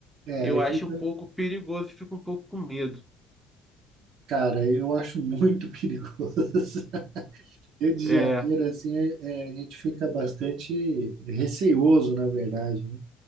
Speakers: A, on the right; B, in the centre.
A: É,
B: Eu
A: aí
B: acho
A: fica.
B: um pouco perigoso e fico um pouco com medo.
A: Cara, eu acho muito <laughs> perigoso. Rio de
B: É,
A: Janeiro, assim, é, é, a gente fica bastante receoso, na verdade, né?